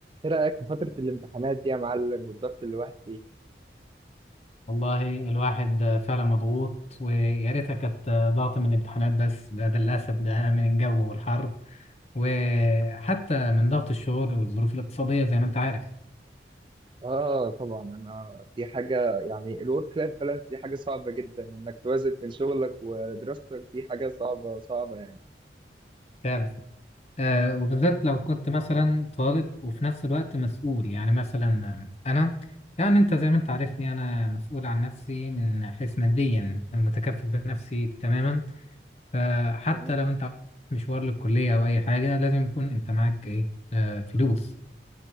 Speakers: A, on the right; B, on the left.
A: ايه رأيك في فترة الامتحانات دي يا معلم والضغط اللي الواحد فيه؟
B: والله الواحد فعلا مضغوط ويا ريتها كانت ضغط من الامتحانات بس ده ده للأسف ده من الجو والحر وحتى من ضغط الشغل والظروف الاقتصادية زي ما أنت عارف
A: اه طبعا انا دي حاجة يعني الورك لايف بالانس دي حاجة صعبة جدا انك توازن بين شغلك ودراستك دي حاجة صعبة صعبة يعني
B: فعلا آه وبالذات لو كنت مثلا طالب وفي نفس الوقت مسؤول يعني مثلا أنا يعني أنت زي ما أنت عارفني أنا مسؤول عن نفسي من حيث ماديا متكفل بنفسي تماما فحتى
A: مم.
B: لو أنت مشوار للكلية أو أي حاجة لازم يكون أنت معاك إيه آه فلوس